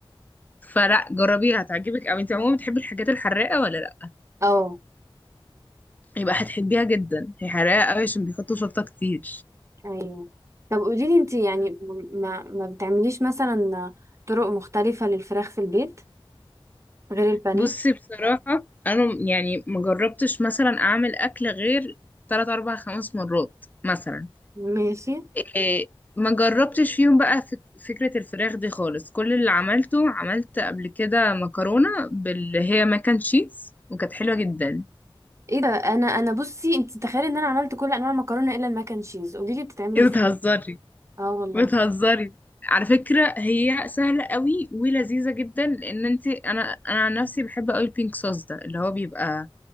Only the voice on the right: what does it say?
اه
ايوه طب قولي لي انت يعني ما ما بتعمليش مثلا طرق مختلفه للفراخ في البيت غير البانيه
ماشي
ايه ده انا انا بصي انت تخيلي ان انا عملت كل انواع المكرونه الا الماك اند تشيز قولي لي بتتعمل
ازاي
اه والله